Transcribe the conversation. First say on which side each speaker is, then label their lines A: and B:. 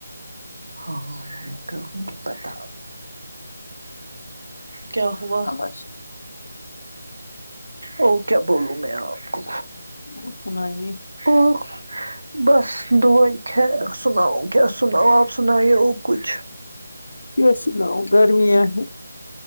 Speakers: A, on the right; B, on the left.
A: ہاں میں کہوں گی بتاو کیا ہوا
B: اب ارشد
A: اور کیا بولو میں آپ کو
B: وہ سنائیے
A: آہ بس دعاے خیر سناو کیا ہے سناؤ آپ سنایے اور کچھ
B: کی سناؤ گرمی ہے